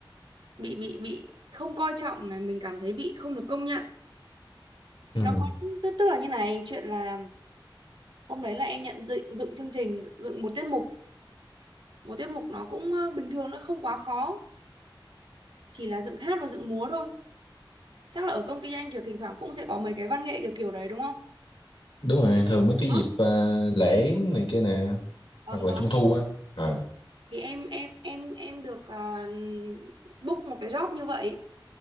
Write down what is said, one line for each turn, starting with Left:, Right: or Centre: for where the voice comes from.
Right: bị bị bị không coi trọng này mình cảm thấy bị không được công nhận
Left: ừ.
Right: nó có tức tức là như này chuyện là hôm đấy là em nhận dựng dựng chương trình dựng một tiết mục một tiết mục nó cũng ờ, bình thường nó không quá khó chỉ là dựng hát và dựng múa thôi chắc là ở công ty anh kiểu thỉnh thoảng cũng sẽ có mấy cái văn nghệ kiểu kiểu đấy đúng không
Left: đúng rồi thường mấy cái
Right: đó
Left: dịp à, lễ
Right: thì
Left: này kia nè
Right: vâng
Left: hoặc là
Right: đó
Left: trung thu á ờ
Right: thì em em em em được à, book một cái job như vậy